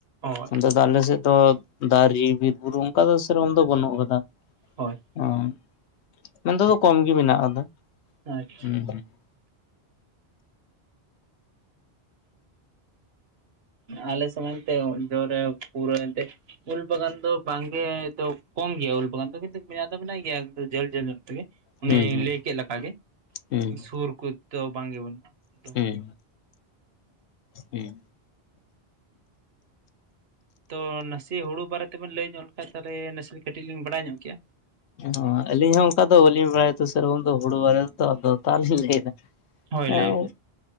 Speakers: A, on the right; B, on the left.
A: ᱦᱳᱭ
B: ᱚᱱᱰᱮ ᱫᱚ ᱟᱞᱮ ᱥᱮᱫ ᱫᱚ ᱫᱟᱨᱤ ᱵᱤᱨ ᱵᱩᱨᱩ ᱚᱝᱠᱟ ᱫᱚ ᱥᱮᱨᱚᱠᱚᱢ ᱫᱚ ᱵᱟᱹᱱᱩᱜ ᱠᱟᱫᱟ᱾
A: ᱦᱳᱭ᱾
B: ᱚᱸ ᱱᱚᱱᱛᱮ ᱫᱚ ᱠᱚᱢ ᱜᱤ ᱢᱮᱱᱟᱜ ᱠᱟᱫᱟ᱾
A: ᱟᱪᱪᱷᱟ᱾
B: ᱦᱩᱸ ᱦᱩᱸ
A: ᱟᱞᱮ ᱥᱮᱜ ᱢᱟ ᱦᱤᱛᱟᱹᱜ ᱡᱚᱨᱮ ᱯᱩᱨᱟᱹᱣ ᱮᱱᱛᱮ ᱩᱞ ᱵᱟᱜᱟᱱ ᱫᱚ ᱵᱟᱝᱜᱮ ᱟᱫᱚ ᱠᱚᱢ ᱜᱮᱭᱟ ᱩᱞ ᱵᱟᱜᱟᱱ ᱫᱚ ᱠᱤᱱᱛᱩ ᱢᱮᱱᱟᱜ ᱫᱚ ᱢᱮᱱᱟᱜ ᱜᱮᱭᱟ᱾ ᱡᱷᱟᱹᱞ ᱡᱷᱟᱹᱞ ᱧᱚᱜ ᱛᱮᱜᱮ ᱚᱱᱮ
B: ᱦᱩᱸ
A: ᱞᱤᱧ
B: ᱦᱩᱸ
A: ᱞᱟᱹᱭ ᱠᱮᱜ ᱞᱮᱠᱟᱜᱮ᱾
B: ᱦᱩᱸ
A: ᱥᱩᱨ ᱠᱩᱡᱽᱛᱚ ᱵᱟᱝᱜᱮ ᱵᱟᱹᱱᱩᱜ-ᱟ᱾
B: ᱦᱩᱸ ᱦᱩᱸ
A: ᱛᱚ ᱱᱟᱥᱮ ᱦᱳᱲᱩ ᱵᱟᱨᱮ ᱛᱮᱵᱮᱱ ᱞᱟᱹᱭ ᱧᱚᱜ ᱞᱮ ᱠᱷᱟᱡᱽ, ᱛᱟᱞᱦᱮ ᱱᱟᱥᱮ ᱠᱟᱹᱴᱤᱡ ᱞᱤᱧ ᱵᱟᱰᱟᱭ ᱧᱚᱜ ᱠᱮᱭᱟ᱾
B: ᱟᱫᱚ ᱟᱹᱞᱤᱧ ᱦᱚᱸ ᱚᱝᱠᱟ ᱫᱚ ᱵᱟᱹᱞᱤᱧ ᱵᱟᱲᱟᱭᱟᱛᱚ ᱥᱮᱨᱚᱠᱢ ᱫᱚ, ᱦᱩᱲᱩ ᱵᱟᱨᱮ ᱛᱮᱫᱚ ᱟᱫᱚ ᱛᱟᱦᱚᱞᱤᱧ ᱞᱟᱹᱭᱫᱟ᱾
A: ᱦᱳᱭ
B: ᱦᱮᱸ
A: ᱞᱟᱹᱭ ᱵᱤᱱ᱾
B: ᱩᱸ